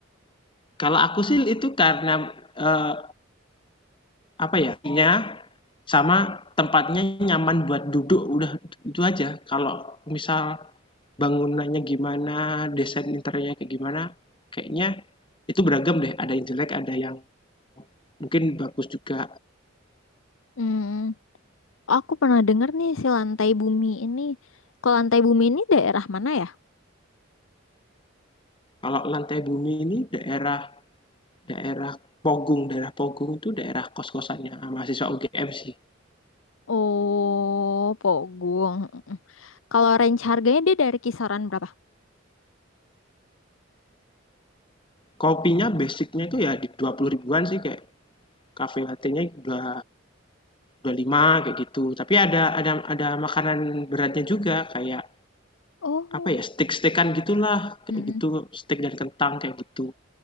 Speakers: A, on the left; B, on the left.
A: kalau aku sih itu karena eh, apa ya, nya sama tempatnya nyaman buat duduk udah itu aja. Kalau misal bangunannya gimana, desain interiornya kayak gimana, kayaknya itu beragam deh. Ada yang jelek, ada yang mungkin bagus juga.
B: Mm. Aku pernah dengar nih si lantai bumi ini. Kalau lantai bumi ini daerah mana ya?
A: Kalau lantai bumi ini daerah Daerah Pogung, daerah Pogung itu daerah kos-kosannya ah, mahasiswa UGM sih.
B: Oh, Pogung. Mm-mm. Kalau range harganya dia dari kisaran berapa?
A: Kopinya basicnya itu ya di 20 ribuan sih kayak cafe latte-nya dua puluh lima kayak gitu. Tapi ada ada ada makanan beratnya juga kayak
B: Oh.
A: apa ya steak-steakan gitulah kayak
B: Mm-mm.
A: gitu steak dan kentang kayak gitu.